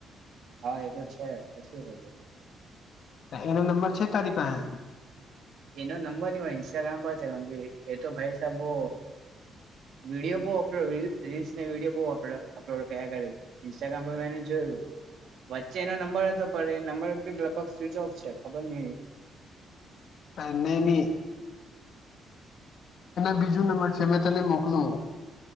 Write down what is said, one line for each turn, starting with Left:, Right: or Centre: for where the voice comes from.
Right: હા એ તો છે શું કરીએ
Left: એનો નંબર છે તારી પાહે
Right: એનો નંબર ન હોય ઇન્સ્ટાગ્રામ પર છે કેમ કે એતો ભાઈ સાહેબ બો વિડીયો બહુ <unintelligible> રીલ્સને વિડીયો બહુ અપલો અપલોડ કયા કર ઇન્સ્ટાગ્રામ પર મેંને જોયું વચ્ચે એનો નંબર હતો પડે નંબર લગભગ સ્વિચોફ છે ખબર નહીં
Left: તનેની બીજું નંબર છે મેં તને મોકલું